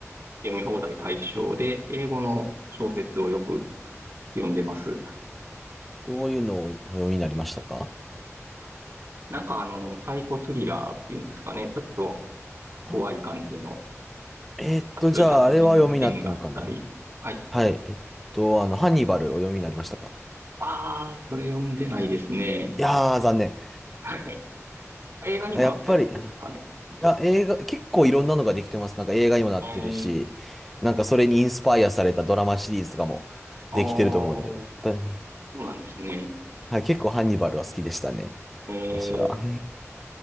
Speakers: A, on the right; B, in the centre.
A: 読み放題対象で、英語の小説をよく読んでます。
B: どういうのをお読みになりましたか
A: なんか、あの、サイコスリラーっていうんですかね、ちょっと怖い感じの、
B: あ、えっと、
A: 殺殺人事件があったり。
B: じゃああれは読みになったのかな
A: はい。
B: はい。えっと、あの、ハンニバルを読みになりましたか
A: ああ、それ読んでないですね。
B: いやー、残念。
A: はい。映画にもなったやつですかね。
B: <laughs> やっぱり。いや、映画、結構いろんなのができてます。なんか映画にもなってるし、
A: えー、
B: なんかそれにインスパイアされたドラマシリーズとかもできてると思うので、
A: ああ、そ
B: だ <laughs>
A: うなんですね。
B: はい、結構ハンニバルは好きでしたね。
A: えー、
B: 私は。<laughs> あ